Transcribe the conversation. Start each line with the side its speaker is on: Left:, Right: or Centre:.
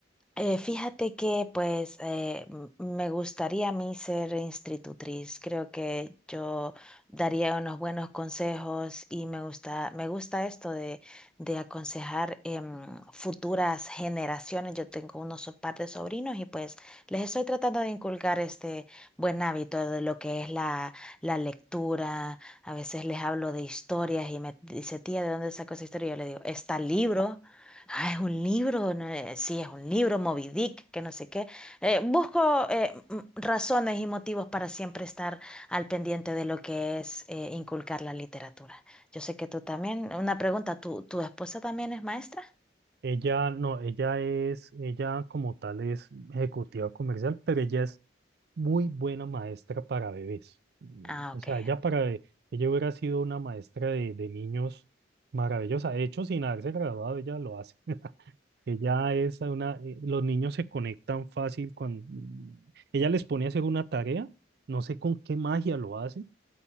Centre: Eh, fíjate que pues eh, m- me gustaría a mí ser institutriz. Creo que yo daría unos buenos consejos y me gusta, me gusta esto de, de aconsejar em, futuras generaciones. Yo tengo unos so- par de sobrinos y pues les estoy tratando de inculcar este buen hábito de lo que es la, la lectura. A veces les hablo de historias y me dice, tía, ¿de dónde sacó esa historia? Y yo le digo, está el libro. Ah, es un libro, no, eh, sí, es un libro, Moby Dick, que no sé qué. Eh, busco eh, m- razones y motivos para siempre estar al pendiente de lo que es eh, inculcar la literatura. Yo sé que tú también, una pregunta, ¿tu, tu esposa también es maestra?
Right: Ella no, ella es, ella como tal es ejecutiva comercial, pero ella es muy buena maestra para bebés. Mm,
Centre: Ah,
Right: O
Centre: ok.
Right: sea, ella para, be- ella hubiera sido una maestra de, de niños maravillosa. De hecho, sin haberse graduado, ella lo hace. <laughs> Ella es una, eh, los niños se conectan fácil con, mm, ella les pone a hacer una tarea, no sé con qué magia lo hace